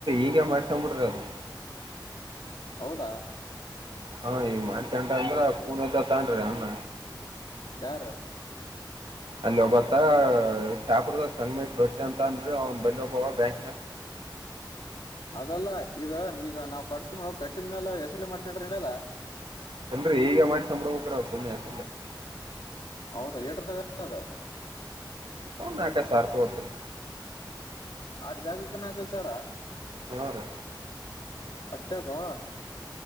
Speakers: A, on the right; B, on the left.
A: ಈಗ ಮಾಡ್ಸೊಂಡ್ ಬಿಡ್ರಿ ಅದು.
B: ಹೌದಾ.
A: ಹಾ ಈಗ ಮಾಡತಂಟ ಅಂದ್ರ ಪೂನದ್ದ ತನ್ ಅಮ್ಮ
B: ಯಾರ.
A: ಅಲ್ಲಿ ಒಬ್ಬತ್ತ ಶ್ಯಾಪರದಸ್ ಸಂಗ್ಮೇಶ್ ರೊಟ್ಟಿ ಅಂತ ಹಂನ್ರೀ ಅವ್ನ್ ಬಲ್ಲಿ ಒಬ್ಬವ ಬ್ಯಾಂಕ್.
B: ಅದಲ್ಲ ಇದ ಈಗ ನಾವ್. ಕೊಟ್ತ ನೋಡ್ ಕಟ್ಟಿದ್ಮೇಲ ಹೆಸರ್ಲ್ ಮಾಡ್ಸದ್ರ್ ನಡಿಯಲ್ಲ.
A: ಇದ್ರ್ ಈಗ ಮಾಡ್ಸ್ಕೊಂದ್ ಬರ್ಬೆಕ್.
B: ಹೌದಾ ಏಟ್ರತಕ ಅದ.
A: ನಾಕ ಸಾರ್ಪುತ್ರೀ.
B: ಅಟ್ ಜಗಕ್ ನಕಯ್ಡ್ ಸಾವಿರ.
A: ಹರೀ.
B: ಅಷ್ಟಾಕೋ.